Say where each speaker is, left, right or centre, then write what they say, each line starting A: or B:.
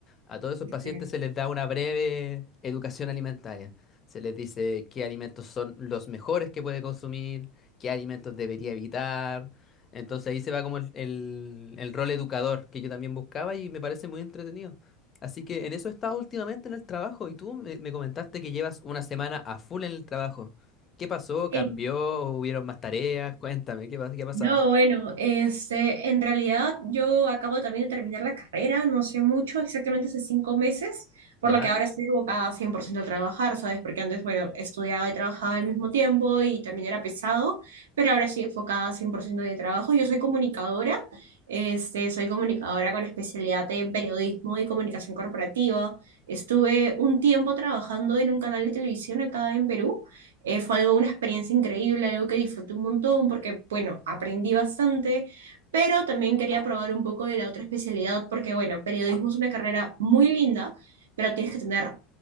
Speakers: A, on the left; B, on the right.
A: A todos esos
B: Sí.
A: pacientes se les da una breve educación alimentaria. Se les dice qué alimentos son los mejores que puede consumir, qué alimentos debería evitar. Entonces ahí se va como el, el- el rol educador que yo también buscaba y me parece muy entretenido. Así que en eso he estado últimamente en el trabajo y tú me, me comentaste que llevas una semana a full en el trabajo. ¿Qué pasó?
B: Sí.
A: ¿Cambió? ¿Hubieron más tareas? Cuéntame, ¿qué, pas- qué ha pasado?
B: No, bueno, este, en realidad yo acabo también de terminar la carrera, no sé mucho, exactamente hace cinco meses, por
A: ¿Ya?
B: lo que ahora estoy abocada 100% a trabajar, ¿sabes? Porque antes, bueno, estudiaba y trabajaba al mismo tiempo y también era pesado, pero ahora estoy enfocada 100% de trabajo. Yo soy comunicadora, este, soy comunicadora con especialidad en periodismo y comunicación corporativa. Estuve un tiempo trabajando en un canal de televisión acá en Perú eh, fue algo, una experiencia increíble, algo que disfruté un montón porque, bueno, aprendí bastante, pero también quería probar un poco de la otra especialidad porque, bueno, periodismo es una carrera muy linda, pero tienes que tener,